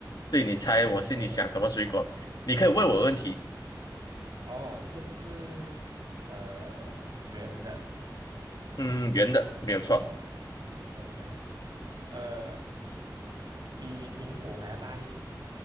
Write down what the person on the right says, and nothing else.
，OK，我
哦，是不是呃圆的
？OK，呃，比苹果还要大力，